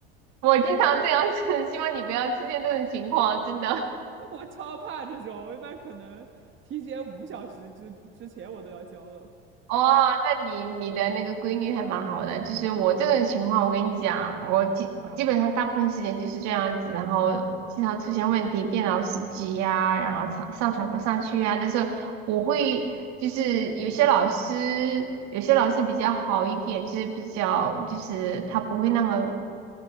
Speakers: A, on the right; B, on the right.
A: 我经常这样子，希望你不要出现这种情况，真的。
B: <laughs> 我超怕这种，我一般可能提前五小时之之前我都要交了。
A: 哦，那你你的那个规律还蛮好的。就是我这种情况，我跟你讲，我基基本上大部分时间就是这样子，然后经常出现问题，电脑死机呀、然后上上传不上去呀、但是我会就是有些老师，有些老师比较好一点，就是比较就是他不会那么